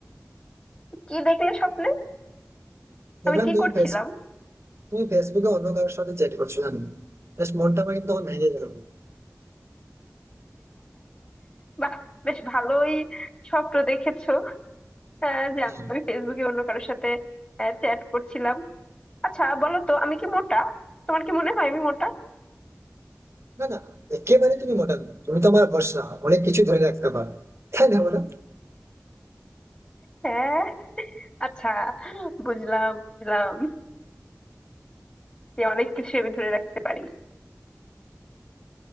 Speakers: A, on the left; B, on the right.
A: কি দেখলে স্বপ্নে
B: দেখলাম
A: আমি কি
B: তুমি
A: করছিলাম
B: ফেস তুমি ফেসবুকে অন্য কারোর সাথে চ্যাট করছো জানো জাস্ট মনটা আমার কিন্তু তখন ভেঙে গেল
A: বাহ বেশ ভালোই স্বপ্ন দেখেছো আহ, যে
B: হ্যাঁ।
A: আমি ফেসবুকে অন্য কারোর সাথে চ্যাট করছিলাম আচ্ছা বলো তো আমি কি মোটা তোমার কি মনে হয় আমি মোটা
B: না না একেবারে তুমি মোটা নও। তুমি তো আমার ভরসা অনেক কিছু ধরে রাখতে পারো তাই না বলো
A: হ্যাঁ আচ্ছা বুঝলাম বুঝলাম যে অনেক কিছু আমি ধরে রাখতে পারি